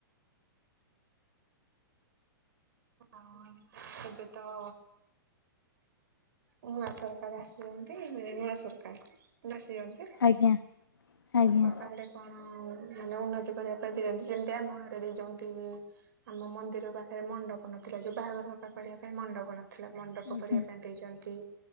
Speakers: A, on the right (about 65°); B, on the left (about 85°).
A: ହଁ ଏବେ ତ ନୂଆ ସରକାର ଆସିଛନ୍ତି ମାନେ ନୂଆ ସରକାର ଆସିଛନ୍ତି।
B: ଆଜ୍ଞା ଆଜ୍ଞା
A: ଆପଣଙ୍କ ଆଡେ କଣ ମାନେ ଉନ୍ନତି କରିବା ପାଇଁ ଦେଇଛନ୍ତି ଯେମତି ଆମ ଆଡ଼େ ଦେଇଛନ୍ତି ଆମ ମନ୍ଦିର ପାଖରେ ମଣ୍ଡପ। ମନଥିଲା ଯୋଉ ବାହାଘର ହକା କରିବା ପାଇଁ ମଣ୍ଡପ। ଥିଲା ମଣ୍ଡପ
B: ଆଜ୍ଞା
A: କରିବା ପାଇଁ ଦେଇଛନ୍ତି